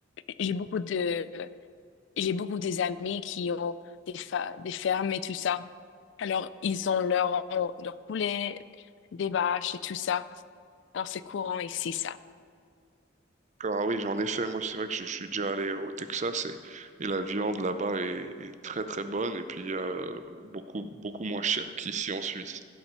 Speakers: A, on the left; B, on the right.
A: j'ai beaucoup de, j'ai beaucoup des amis qui ont des, fa- des fermes et tout ça. Alors, ils ont leur, leur poulet, des vaches et tout ça. Alors, c'est courant ici, ça.
B: Alors, ah oui, en effet, moi c'est vrai que je, je suis déjà allé au Texas et, et la viande là-bas est, est très très bonne et puis euh, beaucoup beaucoup moins chère qu'ici en Suisse.